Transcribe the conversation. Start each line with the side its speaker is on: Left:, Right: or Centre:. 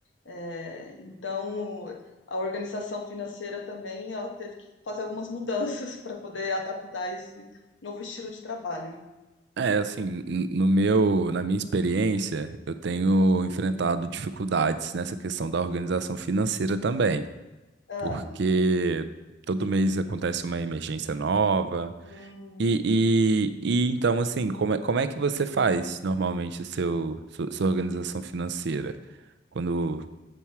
Left: é, então, a organização financeira também, ela teve que fazer algumas mudanças <laughs> para poder adaptar esse novo estilo de trabalho.
Right: É, assim, n- no meu, na minha experiência, eu tenho enfrentado dificuldades nessa questão da organização financeira também.
Left: Ah,
Right: porque todo mês acontece uma emergência nova.
Left: hum,
Right: E, e, e então, assim, como é, como é que você faz normalmente o seu, su- sua organização financeira? Quando